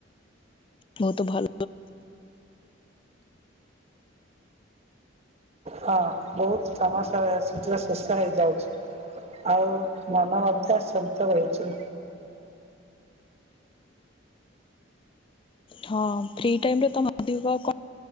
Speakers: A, on the left (about 25°); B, on the right (about 35°).
A: ବହୁତ ଭଲ
B: ହଁ ବହୁତ୍ କାମସ ସିଚୁଏ ପ୍ରେସର୍ ହେଇଯାଉଛି ଆଉ ମନ ମଧ୍ୟ ଶାନ୍ତ ରହିଚି।
A: ହଁ ଫ୍ରି ଟାଇମରେ ତମେ ଅଧିକ କଣ